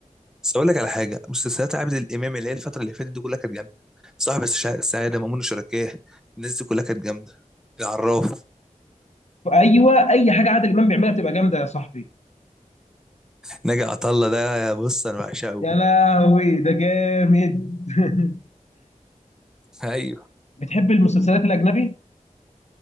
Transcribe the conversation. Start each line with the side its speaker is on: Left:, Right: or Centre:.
Centre: بس اقول لك على حاجه مسلسلات عابد الامام اللي هي الفتره اللي فاتت دي كلها كانت جامده صاحب الشع- السعاده مأمون الشركاه الناس دي كلها كانت جامده العراف
Left: ايوه اي حاجه عادل امام بيعملها بتبقى جامده يا صاحبي
Centre: ناجي عطا الله ده بص انا بعشقه
Left: يا لهوي ده جامد <laughs>
Centre: <laughs> ايوه
Left: بتحب المسلسلات الاجنبي